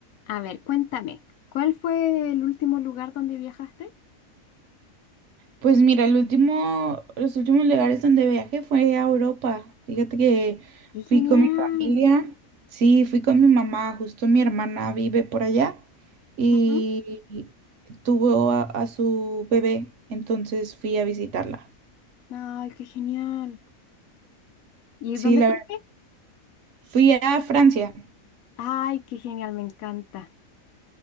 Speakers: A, on the left; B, on the right.
A: A ver, cuéntame, ¿cuál fue el último lugar donde viajaste?
B: Pues mira, el último, los últimos lugares donde viajé fue a Europa. Fíjate que
A: ¡Qué genial!
B: fui con mi familia, sí, fui con mi mamá, justo mi hermana vive por allá y
A: Ujú.
B: tuvo a, a su bebé, entonces fui a visitarla.
A: ¡Ay, qué genial! ¿Y
B: Sí,
A: dónde
B: la
A: fuiste?
B: verdad, fui a Francia.
A: ¡Ay, qué genial! Me encanta.